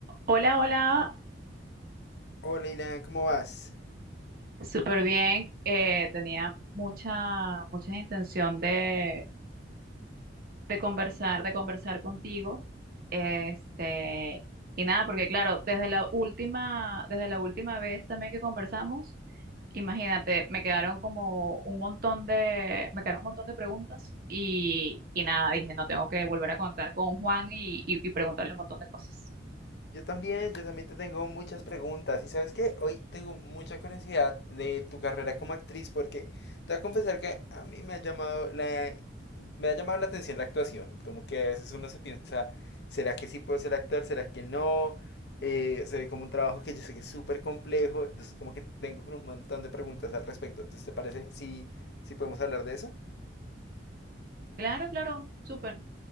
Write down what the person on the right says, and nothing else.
Hola, hola,
súper bien. Eh, tenía mucha, mucha intención de, de conversar, de conversar contigo. Este, y nada, porque claro, desde la última, desde la última vez también que conversamos, imagínate, me quedaron como un montón de, me quedaron un montón de preguntas y, y nada, dije, no tengo que volver a conectar con Juan y, y y preguntarle un montón de cosas.
Claro, claro, súper.